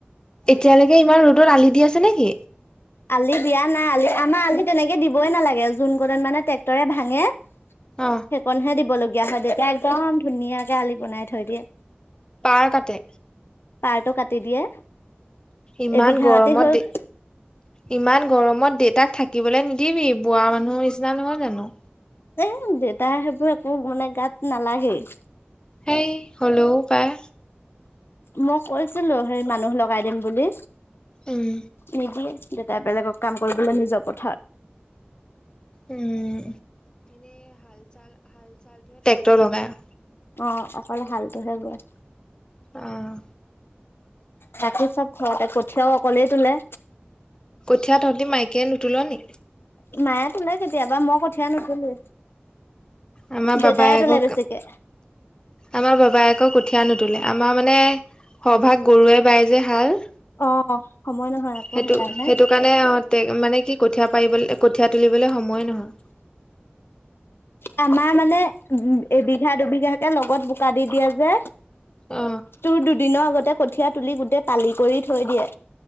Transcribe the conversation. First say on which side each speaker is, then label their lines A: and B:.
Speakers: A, on the left; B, on the left.
A: এতিয়ালৈকে ইমান ৰ'দত আলি দি আছে নেকি
B: আলি দিয়া নাই আলি আমাৰ আলি তেনেকে দিবই নালাগে যোন কোনত মানে ট্ৰেক্টৰে ভাঙে
A: অ
B: সেইকনহে দিব লগীয়া হয় তেতিয়া একদম ধুনীয়াকে আলি বনাই থৈ দিয়ে।
A: পাৰ কাতে
B: পাৰটো কাটি দিয়ে
A: ইমান
B: এবিঘা
A: গৰমত
B: মাটি হক
A: দে ইমান গৰমত দেউতাক থাকিবলৈ নিদিবি বোৱা মানুহৰ নিচিনা নহয় জানো।
B: এ দেউতাই সেইবোৰ একো মানে গাত নালাগেই
A: সেই হলেও পাই
B: মই কৈছিলো সেই মানুহ লগাই দিম বুলি
A: উম
B: নিদিয়ে তাই বেলেগক কাম কৰিবলৈ নিজৰ পথাৰত
A: উম ট লগাই আও
B: অ অকলে হালটোহে বোৱাই
A: আহ
B: তাকো চব ঘৰতে কঠীয়াও অকলেই তোলে
A: কঠিয়া তহঁতি মাইকীয়ে নুতোল নি
B: মায়ে তোলে কেতিয়াবা মই কঠীয়া নুটোলোৱে।
A: আমাৰ
B: দেতাই
A: বাবাই আকৌ
B: তোলে বেছিকে
A: আমাৰ বাবাই আকৌ কঠীয়া নুটোলে আমাৰ মানে সভাগ গৰুৱে বাই যে হাল।
B: অ সময় নহয় আকৌ
A: সেইটো
B: সেইকাৰণে
A: সেইটো কাৰণে আহ মানে কি কঠিয়া পাৰিবলে কঠীয়া তুলিবলে সময় নহয়।
B: আমাৰ মানে এবিঘা দুবিঘাকে লগত বোকা দি দিয়ে যে।
A: অ
B: তোৰ দুদিনৰ আগতে কঠীয়া তুলি গোটেই পালি কৰি থৈ দিয়ে।